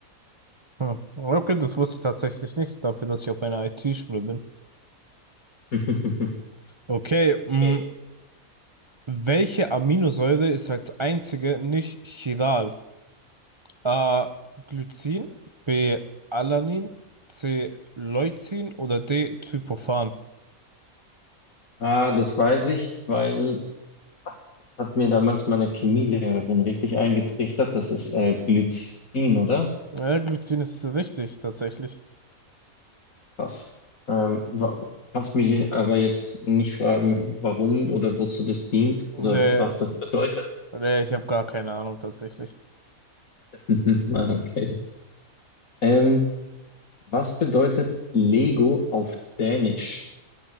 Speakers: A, on the right; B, on the left.
A: Hm. Okay, das wusste ich tatsächlich nicht, dafür, dass ich auf einer IT-Schule bin.
B: <laughs>
A: Okay, mh,
B: Okay.
A: welche Aminosäure ist als einzige nicht chiral? A. Glycin, B. Alanin, C. Leucin oder D. Tryptophan?
B: Ah, das weiß ich, weil das hat mir damals meine Chemielehrerin richtig eingetrichtert. Das ist äh, Glycin, oder?
A: Ja, Glycin ist richtig, tatsächlich.
B: Krass. Ähm, wa- kannst mich aber jetzt nicht fragen, warum oder wozu das dient
A: Nee,
B: oder was das bedeutet.
A: nee, ich habe gar keine Ahnung, tatsächlich.
B: <laughs> Ah, Okay. Ähm, was bedeutet Lego auf Dänisch?